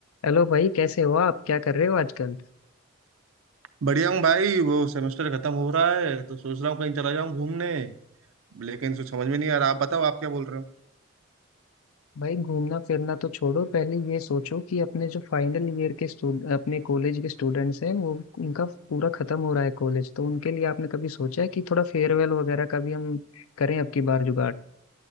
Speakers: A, on the left; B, on the right.
A: Hello भाई कैसे हो आप क्या कर रहे हो आजकल
B: बढ़िया हूँ भाई वो सेमेस्टर खत्म हो रहा है तो सोच रहा हूँ कहीं चला जाऊँ घूमने लेकिन सोच समझ में नहीं आ रहा आप बताओ आप क्या बोल रहे हो
A: भाई घूमना फिरना तो छोड़ो पहले ये सोचो कि अपने जो फाइनल ईयर के स्टूड अपने कॉलेज के स्टूडेंट्स हैं वो उनका पूरा खत्म हो रहा है कॉलेज तो उनके लिए आपने कभी सोचा है कि थोड़ा फेयरवेल वगैरह का भी हम करें अब की बार जुगाड़